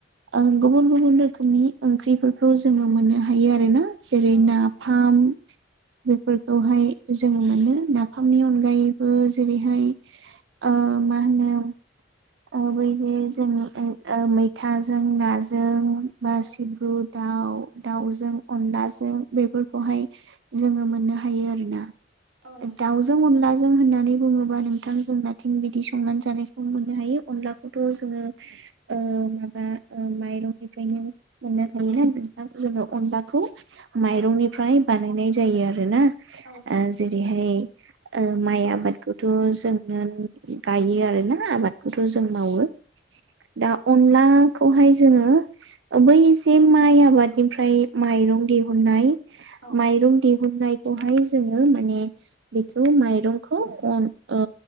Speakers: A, on the right; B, on the right.
A: ओ गुबुन गुबुन रोखोमनि ओंख्रिफोरखौ जोङो मोननो हायो आरोना जेरै
B: औ नोंथां
A: नाफाम खौहाय जों मोनो नाफामनि अनगायैबो जेरैहाय आ मा होनो? ओ बैदि जों मैथाजों नाजों बा
B: औ
A: सिब्रु दा दाउ दाउजों अनलाजों बेफोरखौहाय जोङो मोननो हायो आरोना
B: औ नोंथां
A: दाउजों
B: नंगौ
A: अनलाजों होननानै बुङोबा नोंथां जोंनाथिं बिदि संनानै जानायखौ मोननो हायो अनलाखौथ जोङो ओ माबा ओ माइरंनिफ्रायनो मोननो हायोना जोङो अनलाखौ माइरंनिफ्राय
B: औ
A: बानायनाय जायो आरो ना
B: औ नोंथां।
A: ओ जेरैहाय ओ माइ आबादखौथ जों गायो आरोना आबादखौथ जों मावो दा अनलाखौहाय जोङो बै जे माइ आबादनिफ्राय माइरं दिहुननाय
B: औ
A: माइरं दिहुननाय खौहाय जोङो माने बेखौ माइरंखौ अन ओ